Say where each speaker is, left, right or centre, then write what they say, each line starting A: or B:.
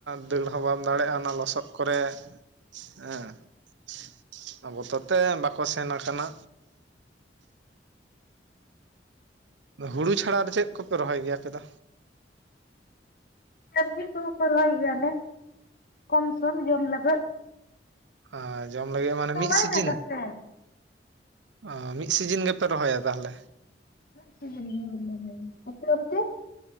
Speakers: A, on the right; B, on the left.
A: ᱫᱟᱹᱲ ᱦᱚᱸ ᱵᱟᱢ ᱫᱟᱲᱮᱜ-ᱟ ᱚᱱᱟ ᱞᱚᱥᱚᱫ ᱠᱚᱨᱮ᱾ ᱦᱮᱸ ᱚᱱᱟ ᱵᱛᱚᱨ ᱛᱮ ᱵᱟᱠᱚ ᱥᱮᱱ ᱟᱠᱟᱱᱟ᱾ ᱦᱩᱲᱩ ᱪᱷᱟᱲᱟ ᱟᱨ ᱪᱮᱫ ᱠᱚᱯᱮ ᱨᱚᱦᱚᱭ ᱜᱮᱭᱟ ᱟᱯᱮ ᱫᱚ?
B: ᱥᱚᱵᱽᱡᱤ ᱠᱚ ᱦᱚᱸ ᱠᱚ ᱨᱚᱦᱚᱭ ᱜᱮᱭᱟᱞᱮ, ᱠᱚᱢ ᱥᱚᱢ ᱡᱚᱢ ᱞᱟ. ᱜᱚᱫ᱾
A: ᱟᱨ ᱡᱚᱢ ᱞᱟᱹᱜᱤᱫ ᱢᱟᱱᱮ ᱢᱤᱫ
B: ᱵᱟᱭ
A: ᱥᱤᱡᱤᱱ᱾
B: ᱫᱟᱜᱟ ᱥᱮ
A: ᱚ ᱢᱤᱫ ᱥᱤᱡᱤᱱ ᱜᱮᱯᱮ ᱨᱚᱦᱚᱭᱟ ᱛᱟᱦᱚᱸᱞᱮ?
B: <unintelligible> ᱟᱯᱮ ᱚᱱᱛᱮ?